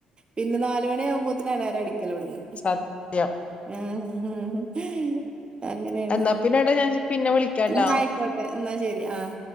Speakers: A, on the right; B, on the left.
A: പിന്നെ നാല് മണി ആഉമ്പോത് നെ അലാരം അടിക്കലൊടങ്ങു
B: സത്യം
A: ഏഹ് അങ്ങനെയാണ്
B: എന്നാ പിന്നെടാ ഞാൻ പിന്നെ വിളിക്കാട്ടാ
A: എന്ന ആയിക്കോട്ടെ എന്നാ ശരി ആഹ്